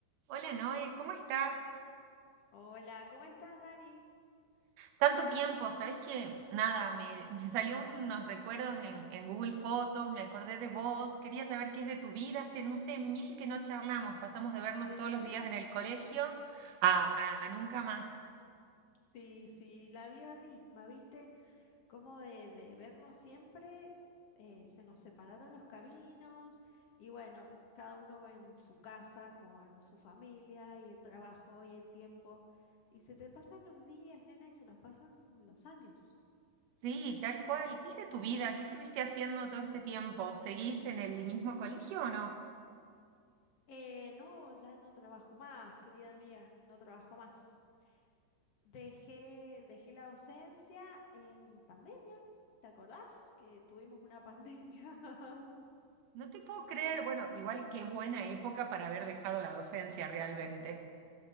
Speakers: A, on the right (about 70°); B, on the left (about 65°).
A: Hola Noé, ¿cómo estás?
B: Hola, ¿cómo estás, Dani?
A: Tanto tiempo, ¿sabés que Nada, me, me salió unos recuerdos en, en Google Fotos, me acordé de vos, quería saber qué es de tu vida, hace, no sé, mil que no charlamos, pasamos de vernos
B: Qué
A: todos
B: lindo.
A: los días en el colegio a, a- a nunca más.
B: Sí, sí, la vida misma, ¿viste? Como de, de vernos siempre, eh, se nos separaron los caminos y bueno, cada uno en su casa, con su familia y el trabajo y el tiempo. Y se te pasan los días, nena, y se nos pasan los años.
A: Sí, tal cual, ¿qué es de tu vida? ¿Qué estuviste haciendo todo este tiempo? ¿Seguís en el mismo colegio o no?
B: Eh, no, ya no trabajo más, querida mía, no trabajo más. Dejé, dejé la docencia en pandemia, ¿te acordás? Que tuvimos una pandemia. <laughs>
A: No te puedo creer, bueno, igual qué buena época para haber dejado la docencia realmente.